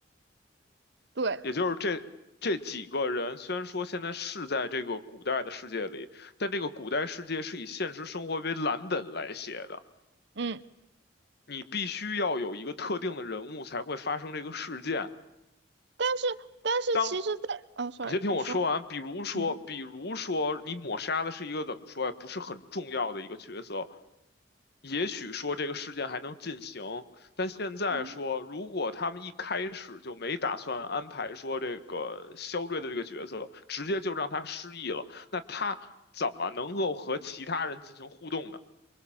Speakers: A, on the right; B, on the left.
A: 对，
B: 也就是这这几个人，虽然说现在是在这个古代的世界里，但这个古代世界是以现实生活为蓝本来写的。
A: 嗯，
B: 你必须要有一个特定的人物才会发生这个事件。
A: 但是但是其实在，
B: 当
A: 哦，sorry，
B: 你先听我说完，
A: 你说，
B: 比如说，
A: 嗯
B: 比如说你抹杀的是一个怎么说呀、啊不是很重要的一个角色，也许说这个事件还能进行，但现在说，
A: 嗯。
B: 如果他们一开始就没打算安排说这个肖瑞的这个角色，直接就让他失忆了，那他怎么能够和其他人进行互动呢？